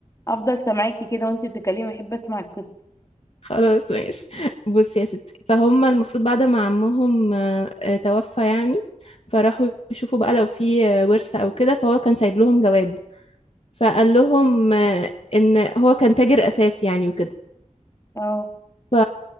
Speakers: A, on the left; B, on the left.
A: افضل سامعاكي كده وانت بتتكلمي بحب اسمع القصه
B: خلاص ماشي بصي يا ستي فهم المفروض بعد ما عمهم آه، آه، توفى يعني فراحوا يشوفوا بقى لو في آه، ورثة او كده فهو كان سايب لهم جواب فقال لهم آه، ان هو كان تاجر اساسي يعني وكده
A: اه
B: ف